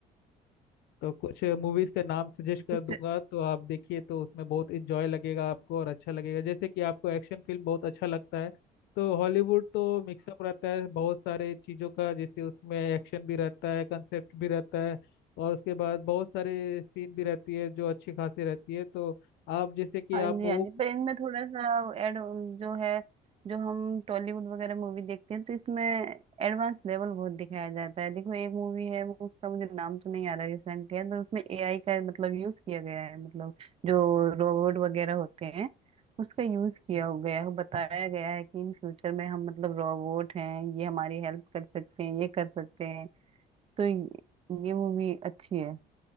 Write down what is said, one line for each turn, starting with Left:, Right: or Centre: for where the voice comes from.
Left: तो कुछ मूवीज का नाम सजेस्ट कर
Right: कुछ
Left: दूंगा तो आप देखिए तो उसमें बहुत इंजॉय लगेगा आपको और अच्छा लगेगा जैसे कि आपको एक्शन फिल्म बहुत अच्छा लगता है तो हॉलीवुड तो मिक्सअप रहता है बहुत सारे चीज़ों का जैसे उसमें एक्शन भी रहता है कंसेप्ट भी रहता है और उसके बाद बहुत सारे सीन भी रहती है जो अच्छी खासी रहती है तो आप जैसे कि
Right: हाँ
Left: आप
Right: जी
Left: वो
Right: हाँ जी पर इनमें थोड़ा सा एड जो है जो हम टॉलीवुड वगैरह मूवी देखते हैं तो इसमें एडवांस लेवल बहुत दिखाया जाता है देखो एक मूवी है वो उसका मुझे नाम तो नहीं आ रहा रिसेंटली है पर उसमें एआई का मतलब यूज किया गया है मतलब जो रोबोट वगैरह होते हैं उसका यूज किया हो गया है बताया गया है कि इन फ्यूचर में हम मतलब रोबोट हैं ये हमारी हेल्प कर सकते हैं ये कर सकते हैं तो ये, ये मूवी अच्छी है